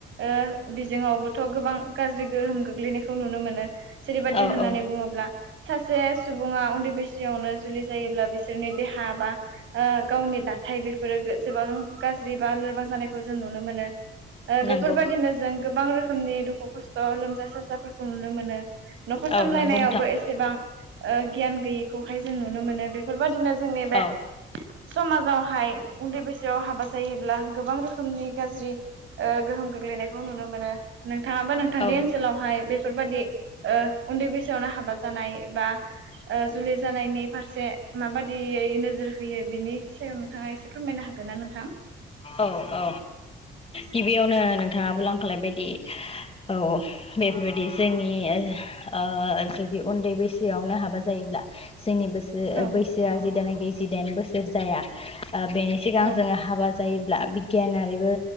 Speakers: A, on the right; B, on the left.
A: ओ बिजोङावबोथ गोबां गाज्रि गोहोम गोग्लैनायखौ नुनो मोनो जे
B: औ
A: होननानै
B: औ
A: बुङोब्ला सासे सु सुबुङा उन्दै बैसयावनो जुलि जायोब्ला बिसोरनि देहा बा ओ गावनि दाथाय बेफोरो गो सेबां गाज्रि बा लोर बां जानायखौ जों नुनो मोनो ओ बेफोरबायदिनो
B: नंगौ
A: जों गोबां रो खोमनि दुखु खस्थ लोमजा साजाफोरखौ नुनो मोनो नखर
B: औ
A: सामलायनायावबो
B: नंगौ नोंथां
A: एसेबां ओ गियान गैयिखौहाय जों नुनो मोनो बे बेफोरबायदिनो जोंनि बे
B: औ
A: समाजावहाय उन्दै बैसोआव हाबा जायोब्ला गोबां रोखोमनि गाज्रि ओ गोहोम गोग्लैनाय नुनो मोनो नोंथाङाबो नोंथांनि
B: औ
A: ओनसोलावहाय बे फोरबादि ओ उन्दै बैसोआवनो हाबा जानाय बा ओ जुलि जानायनि फारसे माबादियै नोजोर होयो बिनि सायाव नोंथाङा एसे फोरमायनो हागोन ना नोंथां?
B: औ औ गिबियाव नोंथाङा बुंलांखालायबायदि औ बेफोरबायदि जोंनि ओ जुदि उन्दै बैसोआवनो हाबा जायोब्ला जोंनि बोसो
A: औ
B: बैसोआ जि दाना गि जि दाइन बोसोर जाया ओ बेनि सिगां
A: औ
B: जोङो हाबा जायोब्ला बिगियानारिबो